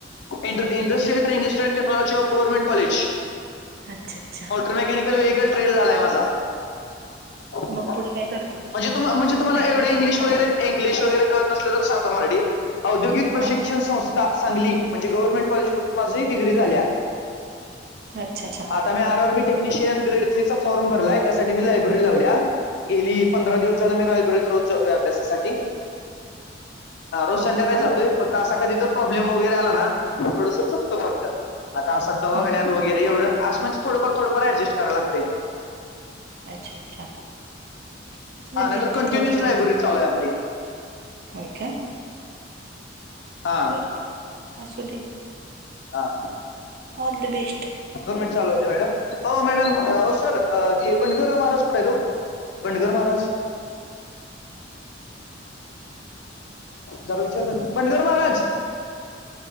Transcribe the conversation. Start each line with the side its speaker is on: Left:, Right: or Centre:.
Left: Industrial training institute technology of government college
Right: अच्छा अच्छा
Left: मोट्रोमेकॅिक <unintelligible> <unintelligible> झालाय माझा. म्हणजे
Right: मग पुढे काय करताय
Left: तुम्हाला म्हणजे तुम्हाला
Right: का
Left: एवढं
Right: नाही
Left: इंग्लिश वगैरे इ्लिश वगैरे कळत नसल तर सांगतो मराठीत औद्योगिक प्रशिक्ष
Right: हां
Left: संस्था सांगली म्हणजे गव्हर्मेट कॉलेज मधून माझही डिग्री झाल्या.
Right: अच्छा अच्छा.
Left: ी R R B technician grade three चा फॉर्म भरलाय त्यासाठी मी लायब्ररी लावल्या. गेली पंधरा दिवस झाले मी लायब्ररी रोज जातोय अभ्यासासाठी. हा रोज
Right: हो
Left: संध्याकाळी
Right: का हम्म,
Left: जातोय फक्त असा कधीतरी जर प्रॉब्लेम वगैरे आला ना थोडसं चुकत फक्त आता असं दवाखान्यात
Right: हम्म.
Left: वगैरे एवढं असं म्हणजे थोडं फार थोडफार अड्जस्ट करावं लागतं.
Right: अच्छा अच्छा. <unintelligible> <unintelligible>
Left: हा नाहीतर कंटिन्युअस लायब्ररी चालू आहे आपली
Right: हाय काय?
Left: हा
Right: बर बर असू दे
Left: हा
Right: ऑल द बेस्ट.
Left: दोन मिनिट चालू राहूद्या मॅडम हो मॅडम ओ सर ती बनगर महाराज कुठे आहेत ओ? बनगर महाराज. जरा विचारता का बंडगर महाराज